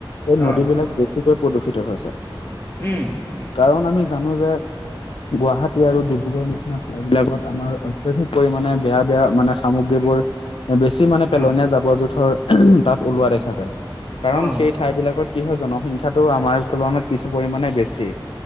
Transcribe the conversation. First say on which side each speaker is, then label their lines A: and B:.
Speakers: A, on the left; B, on the left.
A: এই নদীবিলাক
B: অ',
A: বেছিকৈ প্ৰদূষিত হৈছে।
B: উম
A: কাৰণ আমি জানো যে গুৱাহাটী আৰু ডিব্ৰুগড়ৰ নিচিনা ঠাই বিলাকত আমাৰ অত্যাধিক পৰিমাণে বেয়া বেয়া মানে সামগ্ৰীবোৰ বেছি মানে পেলনীয়া
B: অ',
A: জাবৰ জোঁথৰ তাত ওলোৱা দেখা যায় কাৰণ
B: অ',
A: সে- ঠাই বিলাকত কি হয় জনসংখ্যাটো আমাৰ তুলনাত কিছু পৰিমানে বেছি,